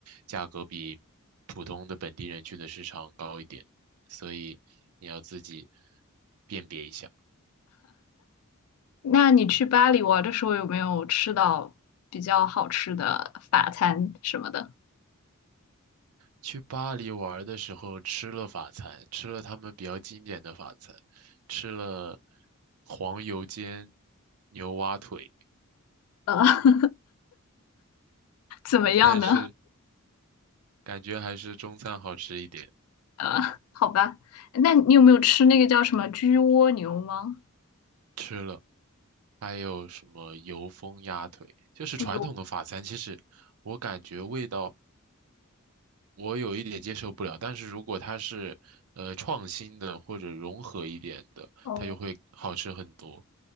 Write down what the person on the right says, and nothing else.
价格比普通的本地人去的市场高一点，所以你要自己辨别一下。
去巴黎玩的时候吃了法餐，吃了他们比较经典的法餐，吃了黄油煎牛蛙腿，
但是感觉还是中餐好吃一点。
吃了，还有什么油封鸭腿，就是传统的法餐。
其实我感觉味道我有一点接受不了，但是如果它是呃创新的或者融合一点的，
它就会好吃很多。